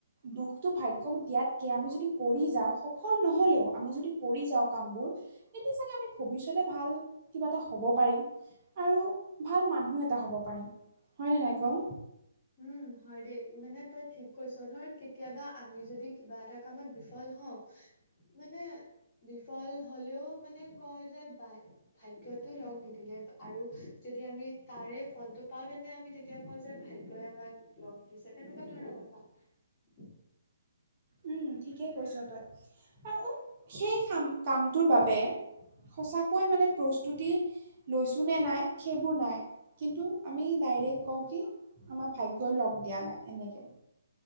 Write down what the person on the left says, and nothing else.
<inaudible>
উম, হয় দেই। মানে তই ঠিক কৈছ ধৰ কেতিয়াবা আমি যদি কিবা এটা কামত বিফল হও মানে বিফল হলেও মানে কয় যে বাই ভাগ্যটো লগ নিদিলে আৰু যদি আমি তাৰে ফলটো পাওঁ তেন্তে আমি তেতিয়া কওঁ যে ভাগ্য ত আমাক লগ দিছে তেনেকুৱা ধৰণৰ কথা।